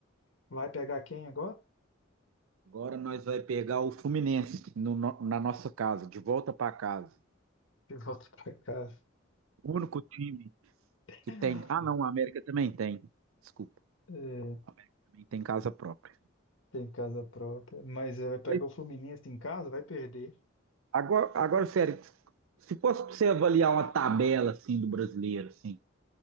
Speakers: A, on the left; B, on the right.
A: Vai pegar quem agora? <laughs>
B: Agora nós vai pegar o Fluminense no no- na nossa casa, de volta para casa.
A: Que volta para casa.
B: O único time
A: <laughs>
B: que tem. Ah, não, a América também tem. Desculpa,
A: É,
B: a América também tem casa própria.
A: tem casa própria. Mas é, vai pegar
B: Mas
A: o Fluminense em casa, vai perder.
B: Agora, agora, sério, se fosse pra você avaliar uma tabela assim do brasileiro, assim,